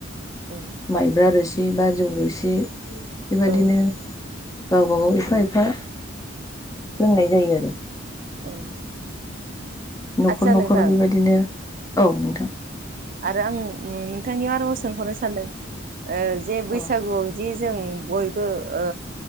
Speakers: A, on the right; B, on the left.
A: औ
B: माइब्रा रोसि बा जौ रोसि बेबदिनो
A: औ
B: गावबागाव एफा
A: ओम
B: एफा लोंनाय जायो आरो।
A: औ
B: न'खर
A: आदसा
B: न'खर
A: नोंथां
B: बेबायदिनो औ नोंथां
A: आरो आं नोंथांनियाव सोंहरनो सानदों जे बैसागुआव
B: औ
A: जि जों बयबो ओ